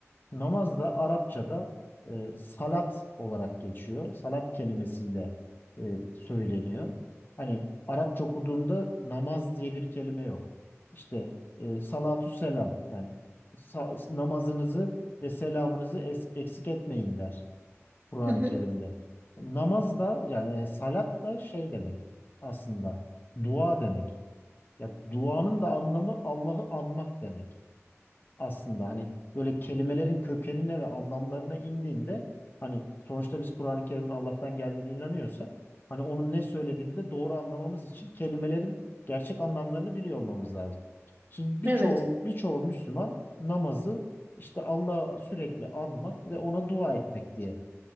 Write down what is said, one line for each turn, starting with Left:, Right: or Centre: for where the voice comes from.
Left: Namaz da Arapçada e, salat olarak geçiyor. Salat kelimesiyle e, söyleniyor. Hani Arapça okuduğunda namaz diye bir kelime yok. İşte e, salatu selam yani sa- namazınızı ve selamınızı es- eksik etmeyin der Kur'an-ı
Right: Hı hı,
Left: Kerim'de. Namaz da yani yani salat da şey demek aslında dua demek. Ya duanın da anlamı Allah'ı anmak demek aslında hani böyle kelimelerin kökenine ve anlamlarına indiğinde hani sonuçta biz Kur'an-ı Kerim'in Allah'tan geldiğine inanıyorsak hani onun ne söylediğini de doğru anlamamız için kelimelerin gerçek anlamlarını biliyor olmamız lazım. Şimdi birçoğu
Right: Evet.
Left: birçoğu Müslüman namazı işte Allah'ı sürekli anmak ve ona dua etmek diye